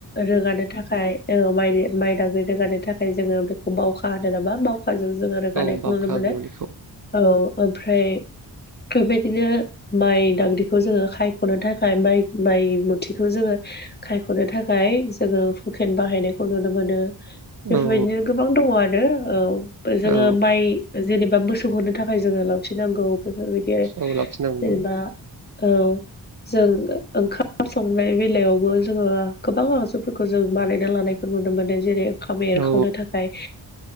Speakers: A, on the left; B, on the right.
A: रोगानो थाखाय औ माइ माइ दांग्रि रोगानो थाखाय जोङो बेखौ बावखा होनो नामा? बावखाजों जोङो रोगानायखौ
B: औ बावखा
A: नुनो
B: होनोमोन
A: मानो।
B: बेखौ
A: औ ओमफ्राय बेफोरबायदिनो माइ दाग्रिखौ जोङो सायख'नो थाखाय माइ माइ मुथिखौ जोङो खायख'नो थाखाय जोङो हुकेन बाहायनायखौ नुनो मोनो। बेफोरबायदिनो
B: औ
A: गोबां दङ आरो। औ जोङो
B: औ
A: माइ जेनेबा मोसौ होनो थाखाय जोङो लावथि नांगौ बेफोरबायदि आरो
B: औ लाखिनांगौमोन
A: जेनेबा औ जों ओंखाम संनाय बेलायावबो जोङो गोबां आगजुफोरखौ जों बानायना लानाय नुनो मोनदों। जेरै- ओंखाम एरखावनो
B: औ
A: थाखाय